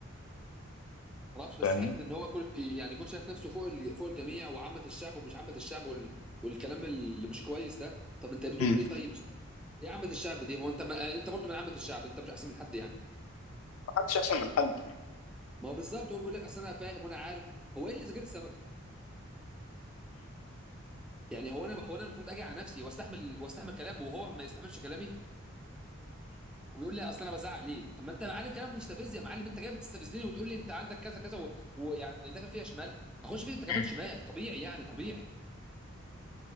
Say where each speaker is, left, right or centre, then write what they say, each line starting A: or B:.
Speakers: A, in the centre; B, on the left.
A: ما اعرفش بس
B: فاهمني
A: حته ان هو كل يعني يكون شايف نفسه فوق ال... فوق الجميع وعامه الشعب ومش عامه الشعب وال... والكلام اللي مش كويس ده طب انت بتقوله
B: مم.
A: ليه طيب مش فاهم ايه عامه الشعب دي هو انت ما... انت برضه من عامه الشعب انت مش احسن من حد يعني
B: ما حدش احسن من حد يعني.
A: ما هو بالظبط هو بيقول لك اصل انا فاهم وانا عارف هو ايه اللي ذاكرت السمكه يعني هو انا هو انا المفروض اجي على نفسي واستحمل واستحمل كلامه وهو ما يستحملش كلامي وبيقول لي اصل انا بزعق ليه طب ما انت يا معلم كلام مستفز يا معلم انت جاي بتستفزني وتقول لي انت عندك كذا كذا و- ويعني داخل فيها شمال اخش فيك انت كمان
B: مم.
A: شمال طبيعي يعني طبيعي